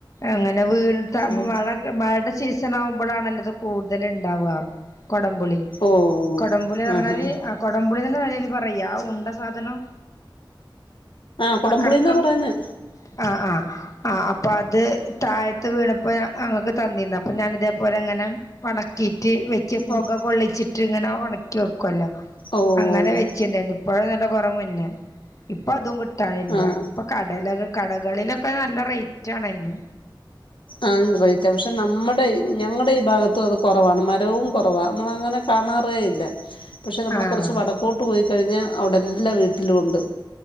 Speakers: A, on the left (about 40°); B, on the left (about 75°).
A: അങ്ങനെ വീണിട്ടാവുമ്പൊ
B: ഉം
A: മഴ മഴടെ സീസൺ ആവുമ്പോളാണല്ലോ ഇത് കൂടുതൽ ഇണ്ടാവാ കൊടംപുളി
B: ഓഹ്
A: കൊടംപുളി പറഞ്ഞാല്
B: ആഹ് ആഹ്
A: കൊടംപുളിന്നെന്നെ നിലേൽ പറയാ ആഹ് ഉണ്ട സാധനം
B: ആഹ് കൊടംപുളിന്നാ
A: ആ കറുത്ത
B: പറയുന്നേ.
A: ആഹ് ആഹ് ആഹ് അപ്പൊ അത് തായ ത്ത് വീണപ്പോ അങ്ങക്ക് തന്നിന്ന് അപ്പൊ ഞാൻ ഇതേപോലെ അങ്ങനെ ഒണക്കി റ്റ് വെച്ച്
B: ആഹ്
A: പുക കൊള്ളിച്ചിട്ട് ഇങ്ങനെ ഉണക്കി വെക്കല്ലോ
B: ഓഹ്
A: അങ്ങനെ വെച്ചിണ്ടായിരുന്നു. ഇപ്പോഴന്നല്ല കുറേ മുന്നെ ഇപ്പൊ അതും കിട്ടാനില്ല
B: ആഹ്
A: ഇപ്പൊ കടേലൊക്കെ കടകളിലൊക്കെ നല്ല റേറ്റ് ആണ് അയിന്
B: ആന്ന് റേറ്റ പക്ഷെ നമ്മുടെ ഈ ഞങ്ങടെ ഈ ഭാഗത്തും അത് കുറവാണ് മരവും കുറവാ നമ്മൾ അങ്ങനെ കാണാറേയില്ല-
A: <inaudible>
B: പക്ഷെ നമ്മൾ
A: ആഹ്
B: കുറച്ച് വടക്കോട്ട് പോയിക്കഴിഞ്ഞാൽ അവിടെല്ലാം വീട്ടിലും ഉണ്ട്